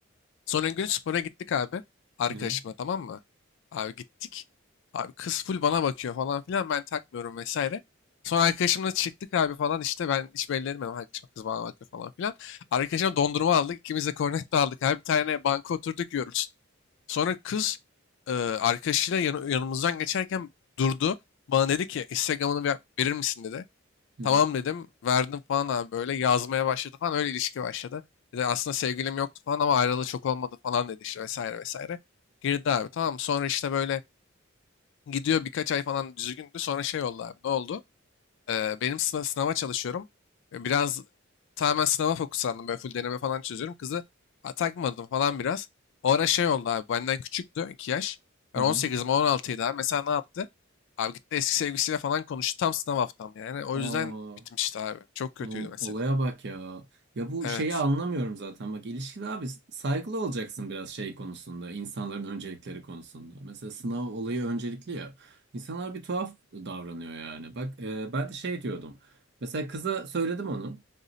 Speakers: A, on the left; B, on the right.
A: Sonra gün spora gittik abi. Arkadaşımla
B: hı hı
A: tamam mı? Abi gittik. Abi kız full bana bakıyor falan filan ben takmıyorum vesaire. Sonra arkadaşımla çıktık abi falan işte ben hiç belli etmedim arkadaşım kız bana bakıyor falan filan. Arkadaşım dondurma aldık ikimiz de kornetto aldık abi bir tane banka oturduk yiyoruz. Sonra kız e, arkadaşıyla yanı- yanımızdan geçerken durdu. Bana dedi ki Instagram'ını ver- verir misin dedi.
B: hı
A: Tamam
B: hı.
A: dedim. Verdim falan abi böyle yazmaya başladı falan öyle ilişki başladı. Bir de aslında sevgilim yoktu falan ama ayrılığı çok olmadı falan dedi işte vesaire vesaire. Girdi abi tamam sonra işte böyle gidiyor birkaç ay falan düzgündü sonra şey oldu abi ne oldu? Eee, benim sınav, sınava çalışıyorum. E, Biraz tamamen sınava fokuslandım. Böyle full deneme falan çözüyorum. Kızı ha, takmadım falan biraz. O ara şey oldu abi. Benden küçüktü 2 yaş. Ben
B: hı
A: 18'im
B: hı.
A: 16'ydı abi. Mesela ne yaptı? Abi gitti eski sevgilisiyle falan konuştu. Tam sınav haftam yani. O yüzden
B: Aa,
A: bitmişti abi. Çok kötüydü
B: oğlum,
A: mesela.
B: olaya bak ya. Ya bu
A: Evet.
B: şeyi anlamıyorum zaten. Bak ilişkide abi saygılı olacaksın biraz şey konusunda, insanların öncelikleri konusunda. Mesela sınav olayı öncelikli ya. İnsanlar bir tuhaf davranıyor yani. Bak e, ben de şey diyordum. Mesela kıza söyledim onu.